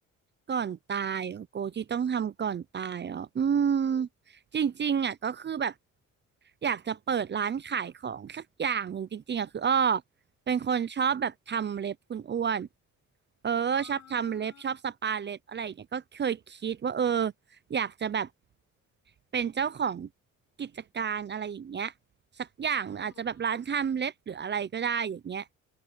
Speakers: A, on the right (about 35°); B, on the left (about 65°).
A: ก่อนตายอ๋อโกที่ต้องทำก่อนตายอ๋ออืมจริงๆอ่ะก็คือแบบ อยากจะเปิดร้านขายของสักอย่างหนึ่งจริงๆอะคืออ้อเป็นคนชอบแบบทำเล็บคุณอ้วนเออชอบทำเล็บชอบสปาเล็บอะไรอย่างเงี้ยก็เคยคิดว่าเออ
B: อ๋อ
A: อยากจะแบบเป็นเจ้าของกิจการอะไรอย่างเงี้ยสักอย่างหนึ่งอาจจะแบบร้านทำเล็บหรืออะไรก็ได้อย่างเงี้ย
B: อืมหืม